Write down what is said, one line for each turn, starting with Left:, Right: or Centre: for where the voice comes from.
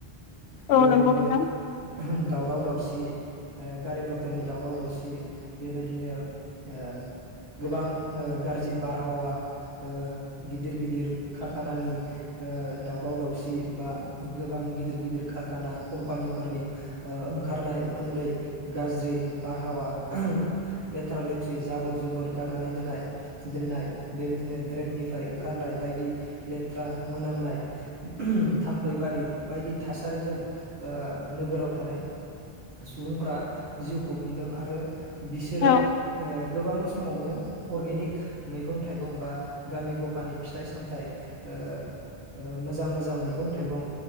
Left: औ
Right: बेबायदिनो
Left: नंगौ नोंथां
Right: दावराव दावसि। ओ गारि मथरनि दावराव दावसि बेबायदिनो ओ गोबां ओ गाज्रि बार बारहावा ओ गिदिर गिदिर कारखानानि ओ दावराव दावसि बा गोबां गिदिर गिदिर कारखाना कम्पानिफोरनि ओ ओंखारनाय उखुन्दै गाज्रि बारहावा लेथ्रा लेथ्रि जाबोर जोबोर गारनानै दोननाय दोननाय। बेबायदिनो ड्रेननिफ्राय ओंखारनाय बायदि लेथ्रा मोनामनाय थाम्फैबारि बायदि थासारिजों ओ नोगोराव थानाय सुबुंफोरारा जिउखौ खुंदों आरो। बिसोरो
Left: औ
Right: ओ गोबां समावनो। अर्गेनिक मैगं थ। थाइगं बा गामि गफानि फिथाइ सामथाइ ओ ओ मोजां मोजां मैगं थाइगं